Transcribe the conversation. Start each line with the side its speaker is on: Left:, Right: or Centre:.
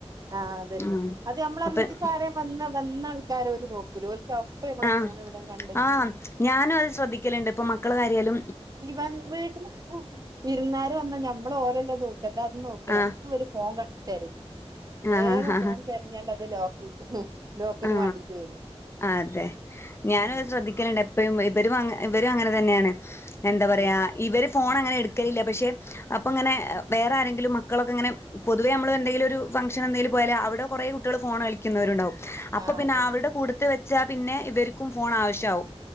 Right: ആ അതന്നെ
Left: ഉം
Right: അത് നമ്മളെ
Left: അപ്പൊ
Right: വീട്ടക്കാരെ വന്ന വന്ന ആൾക്കാരെ ഓര് നോക്കൂല അപ്പ നമ്മളെ
Left: ആഹ്
Right: ഫോൺ എവിടെ കണ്ടെത്തി
Left: ആ ഞാനും അത് ശ്രദ്ധിക്കലുണ്ട് ഇപ്പൊ മക്കള് കാര്യാലും
Right: ഈ വ വീട്ടില് ഇരുന്നാര് വന്ന ഞ നമ്മള് ഓലല്ല നോക്കാ താ അത് നോക്കല്ല
Left: ആഹ്
Right: അപ്പൊ ഓര് ഫോൺ ക തെരിം വേഗ
Left: ആഹ്
Right: ഫോൺ തെരഞ്ഞേണ്ടത് ലോക്ക് ലോക്കിന്
Left: ആ
Right: വാണ്ടിട്ട് വരും
Left: അതെ ഞാനും
Right: ഉം
Left: അത് ശ്രദ്ധിക്കലുണ്ട് എപ്പോഴും ഇ ഇവരും അങ്ങനെ ഇവരും അങ്ങനെ തന്നെയാണ് എന്താ പറയാ
Right: ഉം
Left: ഇവര് ഫോൺ അങ്ങനെ എടുക്കലില്ല പക്ഷെ അപ്പൾ ഇങ്ങനെ വേറെ ആരെങ്കിലും മക്കളൊക്കെ ഇങ്ങനെ പൊതുവേ നമ്മൾ എന്തെങ്കിലുമൊക്കെ ഒരു ഫങ്ങ്ഷന് എന്തേങ്കും പോയാല് അവിടെ കുറേ കുട്ടികൾ ഫോൺ കളിക്കുന്നവരുണ്ടാവും അപ്പ
Right: ആഹ്
Left: പിന്നെ
Right: അതെ
Left: അവരുടെ കൂടെത്ത് വെച്ചാൽ പിന്നെ ഇവർക്കും ഫോൺ ആവശ്യമാവും